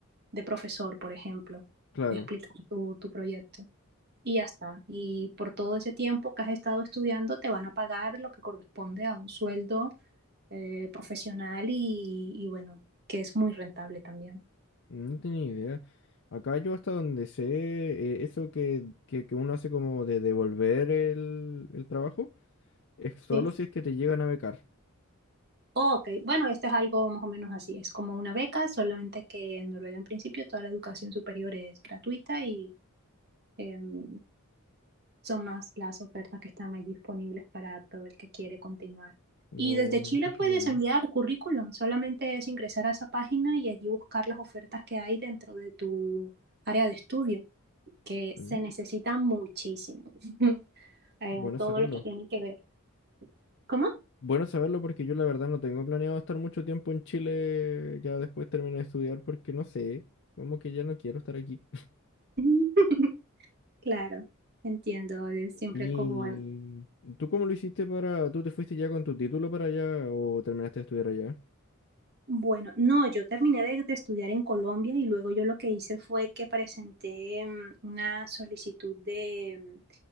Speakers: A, on the right (about 50°); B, on the left (about 55°).
A: de profesor, por ejemplo,
B: Claro,
A: explicar tu, tu proyecto. Y ya está. Y por todo ese tiempo que has estado estudiando, te van a pagar lo que corresponde a un sueldo eh, profesional y, y bueno, que es muy rentable también.
B: no tenía idea. Acá yo hasta donde sé, eh, eso que, que, que uno hace como de devolver el, el trabajo. Es solo
A: Sí.
B: si es que te llegan a becar.
A: Ok, bueno, esto es algo más o menos así, es como una beca, solamente que en Noruega en principio toda la educación superior es gratuita y em, son más las ofertas que están ahí disponibles para todo el que quiere continuar.
B: No,
A: Y desde Chile
B: qué
A: puedes
B: genial.
A: enviar currículum, solamente es ingresar a esa página y allí buscar las ofertas que hay dentro de tu área de estudio, que
B: Mm,
A: se necesita muchísimo, <laughs> eh,
B: bueno
A: todo
B: saberlo.
A: lo que tiene que ver. ¿Cómo?
B: Bueno saberlo porque yo la verdad no tengo planeado estar mucho tiempo en Chile ya después terminé de estudiar porque no sé, como que ya no quiero estar aquí.
A: <laughs> Claro, entiendo, es
B: <laughs>
A: siempre
B: ¿Y
A: como...
B: tú cómo lo hiciste para... ¿Tú te fuiste ya con tu título para allá o terminaste de estudiar allá?
A: Bueno, no, yo terminé de, de estudiar en Colombia y luego yo lo que hice fue que presenté mm, una solicitud de, mm,